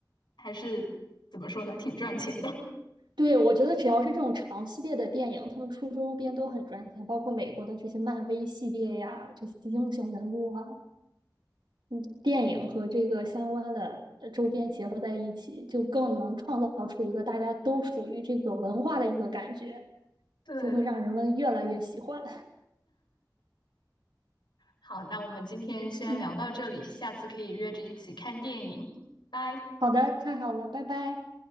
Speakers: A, on the left; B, on the right.
A: 还是怎么说呢，挺赚钱的。
B: 对，我觉得只要是这种长系列的电影，他们出周边都很赚钱，包括美国的这些漫威系列呀，这些英雄人物啊，嗯，电影和这个相关的呃周边结合在一起，就更能创造出一个大家都属于这个文化的一个感觉，
A: <laughs> 对。
B: 就会让人们越来越喜欢。
A: 好，那我们今天先聊到这里，
B: 嗯，
A: 下次可以约着一起看电影，拜。
B: 好的，太好了，拜拜。